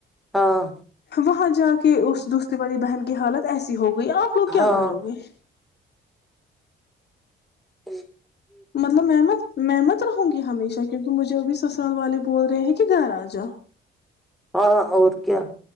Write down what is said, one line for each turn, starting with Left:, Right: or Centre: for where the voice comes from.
Centre: ہاں
Left: وہاں جا کے اس دوستی والی بہن کی حالت ایسی ہوگی آپ لوگ
Centre: ہاں
Left: کیا کرو گے اچ
Centre: جی
Left: مطلب محمت محمت ہوں گ ہمیشہ کیونکہ مجےبھی سال والے بول رہے ہیں کہ کہ گ راجا
Centre: ہاں اور کیا